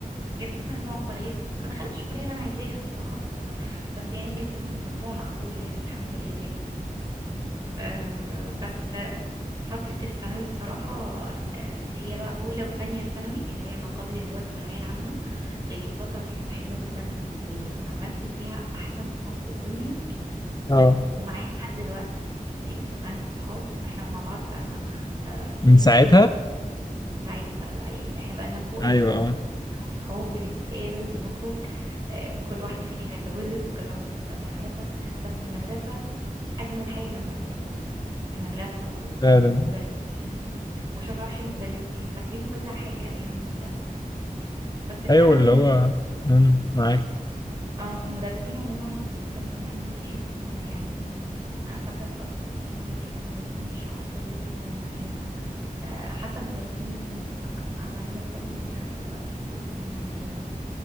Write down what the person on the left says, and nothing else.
اه
من ساعتها
ايوه
اه
فعلا
ايوه
اللي
هو مم، معاك